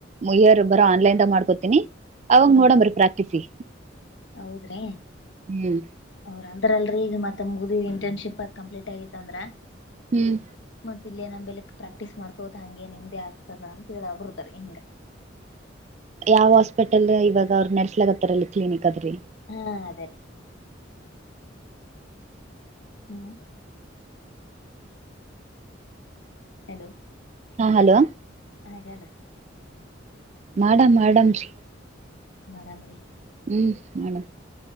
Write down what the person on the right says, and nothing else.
ಇಯರ್ ಬರೋ ಆನ್ಲೈನ್ದಾಗ ಮಾಡ್ಕೊತೀನಿ ಅವಂಗೋಡಂಬ
ಪ್ರಕ್ಟಿಸಸಿ
ಹ್ಮ್
ಹ್ಮ್
ಯಾವ ಹಾಸ್ಪಿಟಲ್ ಇವಾಗ ಅವ್ರರು ನಡ್ಸ್ಲಾಗತ್ತಾರಲ್ಲಿ ಕ್ಲಿನಿಕ್ ಆದ್ರೆ
ಹಾ ಹಲೋ
ಮಾಡಮ್ ಮಾಡಮೀ
ಹ್ಮ್ ಮಡಮ್